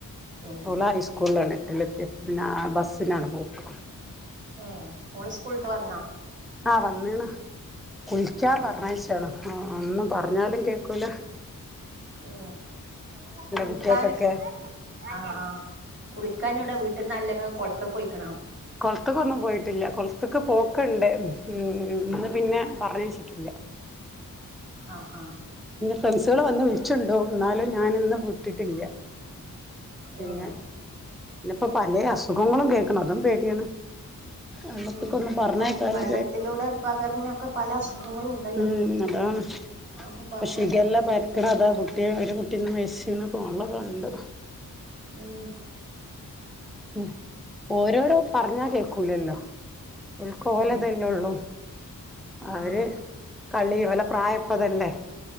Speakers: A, on the right; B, in the centre.
A: ഏഹ്
B: ഓൾ ഐ സ്കൂളിലാണ് ട്ടിലെത്തെപ്പം പിന്നെ ആ ബസിനാണ് പോക്
A: ഏ മോൾ സ്കൂൾ വിട്ട് വന്ന
B: അ വണ്ണിന് കുളിക്കാൻ
A: ഏഹ്
B: പറന്നയച്ചതാണ് അ ഒന്നും പറഞ്ഞാലും കേൾക്കുല
A: ഏ കുളിക്കാൻ
B: കുട്ട്യേക്കൊക്കെ
A: അ അ കുളിക്കാൻ ഓടെ വീട്ടീന്ന് അല്ലെ നിങ്ങ കൊളത്ത് പോയിക്കുണോ
B: കൊളത്ത്ക്കൊന്നും പോയിട്ടില്ല കൊളത്ത്ക് പോക്ക്ണ്ട് ഇന്ന് പിന്നെ പറഞയച്ചിട്ടില്ല
A: ആ ആ
B: ഫ്രണ്ട്‌സേൾ വന്ന് വിളിച്ചൊണ്ടോവും ന്നാലും ഞാന് ന്ന് വുട്ട്ട്ടില്ല പിന്നെ
A: ഏഹ്
B: ന്നെപ്പൊ പലേ അസുഖങ്ങളും കേക്ക്ണ് അതും പേടിയാണ് വെള്ളത്ത്ക്കൊന്നും
A: ഉം
B: പറഞ്ഞേക്കാനും
A: വ വെള്ളത്തിലൂടെ പകരണ ഒക്കെ പല അസുഖങ്ങളും ഉണ്ടല്ലോ
B: മ്മ് അതാണ്
A: അപ്പൊ പറഞ്ഞയക്കാനും
B: <unintelligible>
A: പേടിയാണ്
B: ട്ടിന്ന് മരിച്ണ് ഫോണിൽ കണ്ട്
A: ഉം
B: ഉം ഓരോട് പറഞ്ഞ കേക്കുലല്ലോ ഓൽക്കോലെതെല്ലെള്ളു
A: ഉം
B: അവര്
A: ആഹ്
B: കളി ഓലെപ്രായപ്പതല്ലേ